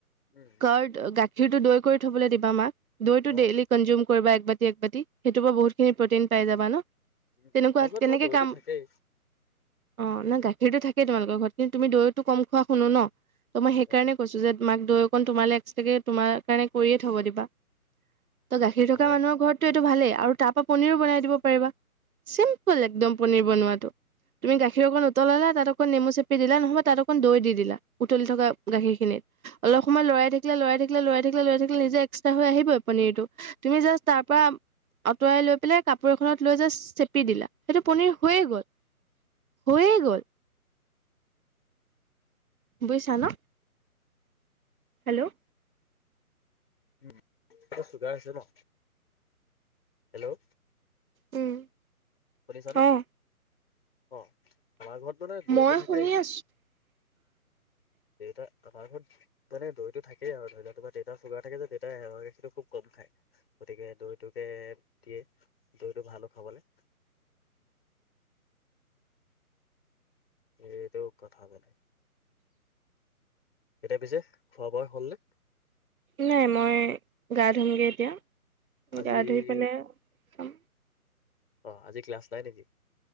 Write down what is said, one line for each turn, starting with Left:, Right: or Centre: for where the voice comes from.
Left: উম
Right: কৰ্ড গ গাখীৰ তো দৈ কৰি থবলৈ দিবা মাক দৈটো
Left: অ'।
Right: ডেইলি কনজিউম কৰিবা একবাতি একবাটতি সেইটো পৰা বহুতখিনি প্ৰটিন পাই যাবা ন
Left: উম,
Right: তেনেকুৱা
Left: আমাৰ ঘৰত
Right: কেনেকে
Left: বাৰু দৈটো
Right: কাম
Left: থাকেই
Right: অ না গাখীৰতটো থাকেই তোমালোকৰ ঘৰত কিন্তু তুমি দৈতো কম খোৱা শুনো ন ত মই সেইকাৰণে
Left: অ'
Right: কৈছো যে মাক দৈ অকণ তোমালৈ এক্সট্ৰাকে তোমাৰ কাৰণে কৰিয়ে থ'ব দিবা। ত' গাখীৰ থকা
Left: মানে
Right: মানুহৰ ঘৰতটো এইটো ভালেই আৰু তাৰ পৰা পনিৰো বনাই দিব পাৰিবা চিম্পুল একদম পন বনোৱা তো তুমি গাখীৰ অকণ উতলালা তাত অকণ নেমু চেপি দিলা নহবা তাত অকণ দৈ দি দিলা উতলি থকা গাখীৰখিনি। অলপ সময় লৰাই থাকিলে, লৰাই থাকিলে, লৰাই থাকিলে, লৰাই থাকিলে নিজে এক্সট্ৰা হৈ আহিব পনীৰটো। তুমি জাষ্ট তাৰ পৰা আঁতৰাই লৈ পেলাই কাপোৰ এখনত লৈ জাষ্ট চেপি দিলা, সেইটো পনিৰ হৈ গ'ল, হৈয়ে গ'ল। বুজিছা ন? হেল্ল'
Left: উম' এ চুগাৰ হৈছে ন? হেল্ল'
Right: উম
Left: শুনিছানে
Right: অহ
Left: অ' আমাৰ ঘৰত মানে দৈ
Right: মই
Left: তো থাকেহি।
Right: শুনি আছো <inaudible>
Left: দেউতা, আমাৰ ঘৰত মানে দৈ তো থাকেই আৰু ধৰি লোৱা তোমাৰ দেউতা চুগাৰ থাকে যে, দেউতাই মহৰ গাখীৰটো খুব কম। খাই, গতিকে দৈটোকে দিয়ে, দৈটো ভালো খাবলে। এইটোও কথা মানে এতিয়া পিছে? খোৱা বোৱা হ'লনে
Right: নাই, মই গা ধুম গে এতিয়া।
Left: আজি
Right: গা ধুই পেলাই খাম।
Left: অ' আজি ক্লাছ নাই নেকি?